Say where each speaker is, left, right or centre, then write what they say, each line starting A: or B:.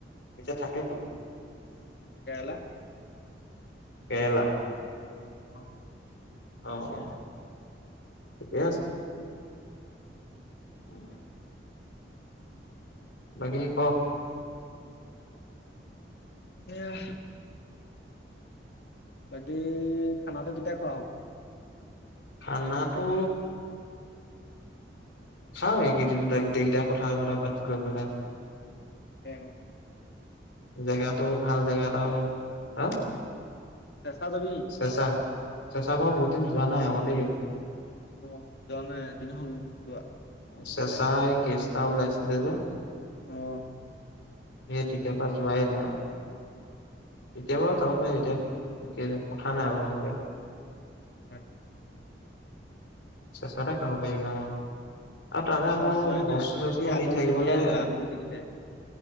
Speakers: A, on the left; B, on the left.
A: এতিয়া থাকে
B: কেৰেলা
A: কেৰেলা।
B: অ।
A: অ অ ঠিকে আছে <inaudible> বাকি ক।
B: এয়া বাকী খানাটো কেতিয়া খোৱা হ'ব?
A: খানাটো খাওঁ এইকেইদিন গটে গোটৈইকেইটাই কথা চথা পাতি গৈ পেলাই
B: এয়া
A: জেগাটো ভাল জেগা এটা হা?
B: চেঁচা যাবি নেকি?
A: চেচা চেচা বাও বহুত দিন যোৱা নাই অ'ক দেই।
B: অ যোৱা নাই দিনাখন দ <unintelligible>
A: চেচা এই কেষ্টা ওলাইছিলে যে
B: আহ।
A: সেই তেতিয় পা যোৱাই নাই আও। এতিয় বাও যাব পাৰি এতিয়া কথা নাই বাৰু এতিয়া।
B: হয়।
A: চেচাটা খাব পাই গা অ। আৰু তালে
B: পেছাত
A: আকৌ
B: যোৱাই
A: বস্তু
B: নাই
A: চস্তু
B: এই আগয়ি
A: নি থাকিবলৈ
B: তেতিয়াই যোৱা আমি গোটেই কিটাই।